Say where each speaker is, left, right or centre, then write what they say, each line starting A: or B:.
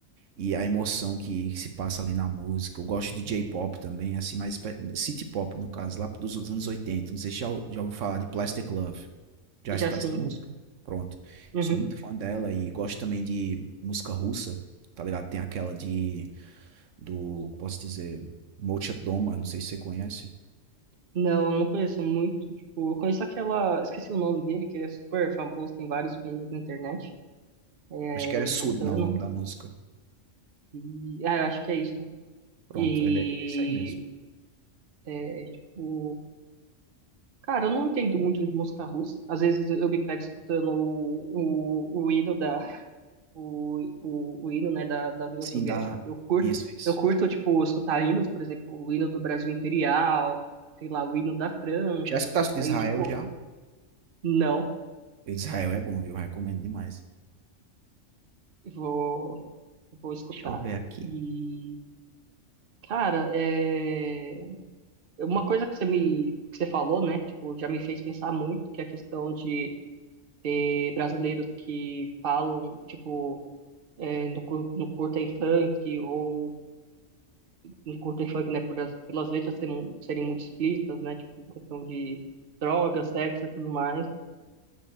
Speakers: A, on the right (about 80°); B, on the right (about 50°).
A: e a emoção que, que se passa ali na música. Eu gosto de J-pop também, assim, mais pe- city pop no caso, lá dos anos 80. Não sei se já, já ouviu falar de Plastic Love. Já
B: Já
A: escutou
B: sim.
A: essa música? Pronto.
B: Uhum.
A: Sou muito fã dela e gosto também de música russa, tá ligado? Tem aquela de do, posso dizer, Mochat Doma, não sei se você conhece.
B: Não, não conheço muito. Tipo, eu conheço aquela. Esqueci o nome dele, que ele é super famoso, tem vários filmes na internet. É,
A: Acho que
B: dele
A: é Sud,
B: cantando.
A: não, o nome da música.
B: E. Ah, eu acho que é isso.
A: Pronto,
B: E.
A: é, de- é desse aí mesmo.
B: É, tipo. Cara, eu não entendo muito de música russa. Às vezes eu me pego escutando o, o, o hino da. <laughs> O, o, o hino, né, da, da União
A: Sim,
B: Soviética.
A: da.
B: Eu curto,
A: Isso, isso.
B: eu curto, tipo, escutar hinos, por exemplo, o hino do Brasil Imperial, sei lá, o hino da França.
A: Já escutaste
B: Aí,
A: de Israel
B: tipo.
A: já?
B: Não,
A: E de Israel é bom, viu? Recomendo demais.
B: eu vou, eu vou escutar.
A: Deixa eu ver aqui.
B: E, cara, é... uma coisa que você me, que você falou, né? Tipo, já me fez pensar muito, que é a questão de ter brasileiros que falam, tipo, é, no, cur- no curta em funk, ou no curta em funk, né? Por as- pelas letras serem, serem muito explícitas, né? Tipo, questão de drogas, sexo e tudo mais.